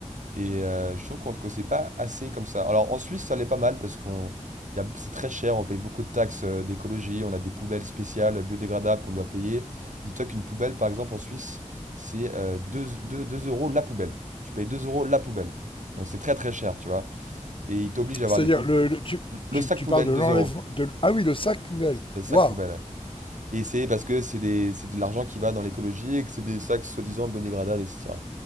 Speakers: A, on the right; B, on the left.
A: Et euh, je trouve qu'on- que c'est pas assez comme ça. Alors en Suisse, ça l'est pas mal parce qu'on, y a- c'est très cher, on paye beaucoup de taxes euh, d'écologie, on a des poubelles spéciales euh, biodégradables qu'on doit payer. Dis-toi qu'une poubelle, par exemple, en Suisse, c'est euh, 2, deux- deux euros la poubelle. Tu payes 2 euros la poubelle. Donc c'est très très cher, tu vois. Et ils t'obligent à avoir
B: C'est-à-dire,
A: des poubelles.
B: le, le- tu,
A: Le
B: tu-
A: sac
B: tu
A: poubelle,
B: parles de
A: 2
B: l'enlèvement,
A: euros.
B: de, ah oui, le sac poubelle.
A: Le sac
B: Waouh!
A: poubelle. Et c'est parce que c'est des- c'est de l'argent qui va dans l'écologie et que c'est des sacs soi-disant biodégradables, etc.